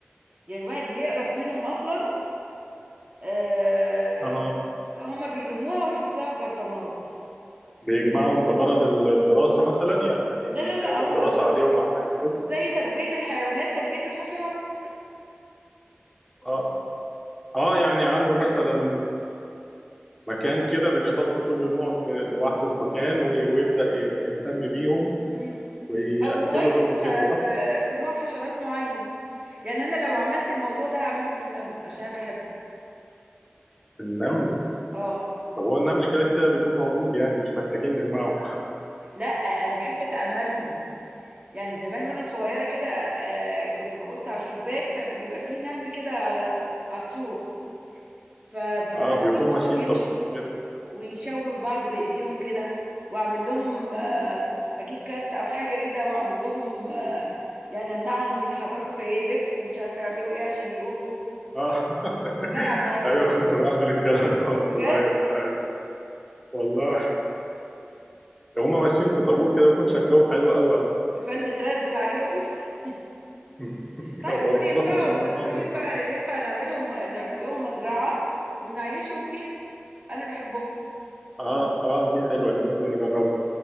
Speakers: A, on the right; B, in the centre.
A: يعني الواحد بيقرف منهم اصلا آه،
B: اه
A: هم بيلموها ويحطوها في برطمانات
B: بيجمعهم بغرض الدراسه مثلا يعني بي-
A: لا لا
B: بيعمل
A: لا هم
B: دراسه
A: بي...
B: عليهم او حاجه كده
A: زي تربيه الحيوانات تربيه الحشرات
B: اه اه يعني عنده مثلا مكان كده بيحط كل نوع في لوحده في مكان وي- ويبدا ي- يهتم بيهم
A: مم.
B: ويأكلهم
A: او هوايته في,
B: وكده
A: ح...
B: صح؟
A: في في نوع حشرات معين يعني انا لو عملت الموضوع ده هعمله في النمل عشان انا بحبه
B: النمل
A: اه
B: طب هو النمل كده كده بيكون موجود يعني مش محتاجين نجمعه
A: لا انا بحب اتاملهم يعني زمان وانا صغيره كده آه، كنت ببص على الشباك فبيبقى فيه نمل كده على على السور فبتأملهم
B: اه بيكونوا
A: هما
B: ماشيين
A: بيمشوا
B: طابور كده
A: ويشاوروا لبعض بإيديهم كده وأعمل لهم آه، أجيب كارت أو حاجة كده وأعمل لهم آه، يعني أمنعهم يتحركوا فيلفوا ومش عارفة يعملوا إيه عشان يروحوا
B: اه <laughs>
A: بلعب معاهم
B: ايوه
A: يعني
B: كنت بعمل الكلام ده وانا صغير
A: بجد
B: ايوه والله هما ماشيين في طابور كده ويكون شكلهم حلو قوي اصلا
A: فأنت ترزل عليهم <laughs>
B: <laughs>
A: طيب
B: ابوظ
A: دول ينفعوا
B: لهم النظام
A: دول ينفع
B: بتاعه
A: ينفع نعملهم نعمل لهم مزرعة ونعيشهم فيها أنا بحبهم
B: اه اه دي حلوه دي ممكن نجربها